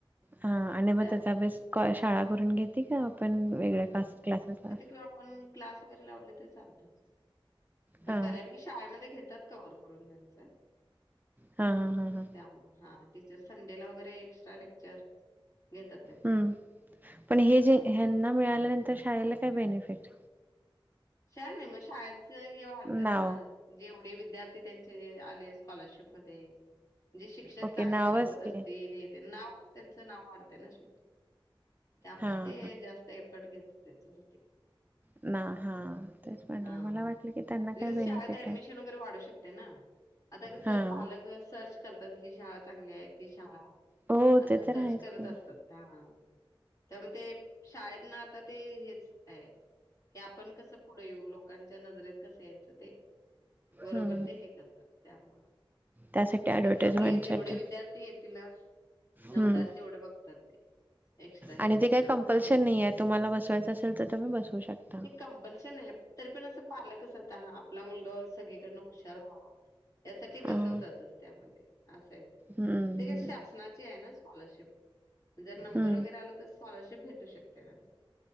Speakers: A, on the right; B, on the left.
A: हा आणि मग
B: त्यामध्ये.
A: त्याचा अभ्यास क शाळा करून घेते का आपण वेगळ्या क्लासेस ला
B: ते आपण क्लास वगैरे लावले तरी चालतात. पण
A: हा
B: बऱ्यापैकी शाळेमध्ये घेतात कव्हर करून त्यांचं.
A: हा हा हा हा.
B: त्यामुळे हा, टीचर संडेला वगैरे एक्स्ट्रा लेक्चर घेतात. त्यांचं
A: हम्म,
B: ते.
A: पण हे जे
B: हां.
A: ह्यांना मिळाल्यानंतर शाळेला काय बेनिफिट?
B: शाळं नाही मग शाळेचं हे वाढतं
A: नाव
B: ना, जेवढे विद्यार्थी त्यांचे आले स्कॉलरशिप मध्ये जे शिक्षक
A: ओके
B: चांगले
A: नावच
B: शिकवत असतील
A: की
B: हे ते नाव त्यांचं नाव वाढतं ना शेवटी, त्यामुळे
A: हा
B: ते
A: हा
B: जास् त एफर्ट घेतात त्याच्यासाठी.
A: ना हा. तेच म्हटलं
B: हा,
A: मला वाटलं की त्यांना
B: लगेच
A: काय बेनिफिट
B: शाळेत ऍडमिशन
A: आहे.
B: वगैरे वाढू शकते ना. आता कसं
A: हा
B: पालक अ सर्च करतात ही शाळा चांगली आहे ती शाळा?
A: हो
B: असं
A: ते तर
B: सर्च
A: आहेच
B: करत
A: की हम्म
B: असतात. हा.. त्यामुळे ते शाळेत ना आता ते हेच आहे की आपण कसं पुढे येऊ लोकांच्या नजरेत कसं यायचं ते, बरोबर
A: हम्म
B: ते हे करतात. त्यामुळं,
A: त्यासाठी
B: <unintelligible> म्हणते
A: ऍडव्हर्टाइजमेंट
B: की आपले जेवढे
A: साठी
B: विद्यार्थी ये तिला नंबरात
A: हम्म
B: तेवढे बघतात ते, एक्स्ट्रा
A: आणि
B: हे लेक्चर
A: ते काही कंपल्शन
B: वगैरे घेऊन.
A: नाही आहे तुम्हाला बसवायचं असेल तर तुम्ही बसवू शकता.
B: हे कंपल्शन आहे तरी पण असं पालकच आता हा, आपला मुलगा सगळीकडनं हुशार व्हावा. यासाठी बसवतातच
A: अ हम्म
B: त्यामध्ये असंय ते,
A: हम्म
B: ते काय शासनाची आहे ना स्कॉलरशिप. जर नंबर
A: हम्म
B: वगैरे आला तर स्कॉलरशिप भेटू शकते त्यांना.